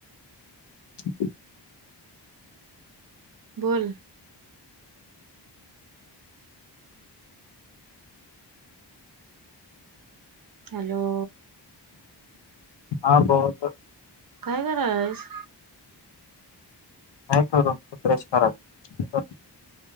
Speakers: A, on the left (about 80°); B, on the right (about 55°).
A: रिकामा ऑडिओ
B: बोल. हॅलो.
A: हा बोल.
B: काय करलीस?
A: काय करू? रिफ्रेश करालोय.